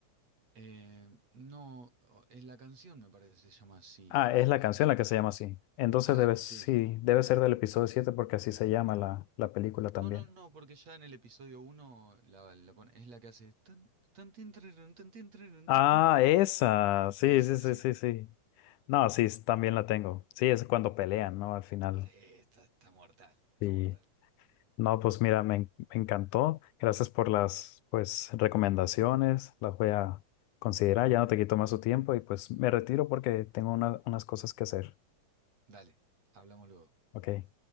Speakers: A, on the right; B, on the left.
A: Eh, no, o- en la canción me parece que se llama así.
B: Ah, es
A: eh,
B: la canción la que se llama así. Entonces
A: claro,
B: debe, sí,
A: sí.
B: debe ser del episodio 7 porque así se llama la, la película también.
A: No, no, no, porque ya en el episodio uno la, la pone- es la que hace... tan, tan, tin, trarun, tan, tin, trarun,
B: Ah,
A: tan, tin, trarun.
B: esa. Sí,
A: Esa,
B: sí, sí,
A: sí.
B: sí, sí. No, sí, s- también la tengo. Sí, es cuando pelean, ¿no? Al final.
A: Sí, está, está mortal, está
B: Sí.
A: mortal.
B: No, pues mira, me, en- me encantó. Gracias por las, pues, recomendaciones. Las voy a considerar. Ya no te quito más tu tiempo y pues me retiro porque tengo una- unas cosas que hacer.
A: Dale, hablamos luego.
B: Ok.